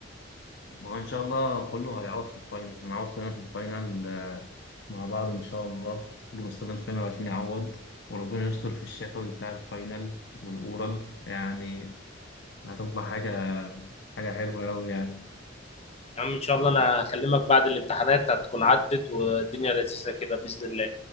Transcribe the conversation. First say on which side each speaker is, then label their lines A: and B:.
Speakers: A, on the left (about 65°); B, on the left (about 35°).
A: ما هو إن شاء الله كله هيعوض في الفاينل هنعوض كلنا في الفاينل آه، مع بعض إن شاء الله كله مستني الفاينل عشان يعوض وربنا يستر في الشفوي بتاع الفاينل والأورال يعني هتبقى حاجة حاجة حلوة أوي يعني.
B: يا عم إن شاء الله أنا هكلمك بعد الامتحانات هتكون عدت والدنيا لذيذة كده بإذن الله